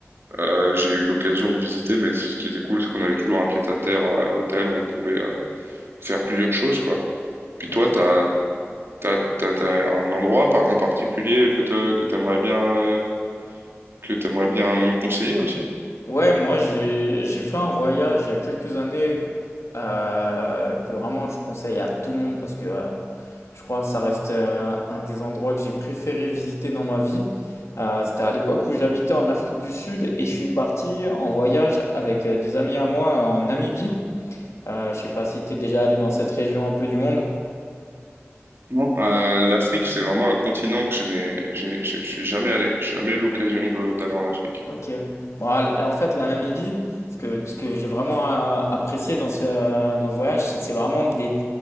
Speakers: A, on the right; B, on the left.
A: euh, j'ai eu l'occasion de visiter, mais ce qui était cool, c'est qu'on avait toujours un pied-à-terre euh, à l'hôtel où on pouvait euh, faire plusieurs choses quoi. Puis
B: Ok.
A: toi, t'as T'as, t'as- t'as un endroit par- en particulier que te- que t'aimerais bien, euh, que t'aimerais bien me conseiller aussi?
B: Ouais, moi j'ai j'ai fait un voyage il y a quelques années euh, que vraiment je conseille à tout le monde parce que euh, Je crois que ça reste euh, un des endroits que j'ai préféré visiter dans ma vie. Euh, c'était à l'époque où j'habitais en Afrique du Sud et je suis parti en voyage avec euh, des amis à moi euh, en Namibie. Euh, je sais pas si tu es déjà allé dans cette région un peu du monde.
A: Non. Euh, l'Afrique, c'est vraiment un continent que je n'ai, j'ai- je je suis jamais allé. J'ai jamais eu l'occasion de- d'aller en Afrique.
B: Ok. Bon, al- en fait, la Namibie, ce que, ce que j'ai vraiment euh, apprécié dans ce, euh, dans ce voyage, c'est que c'est vraiment des,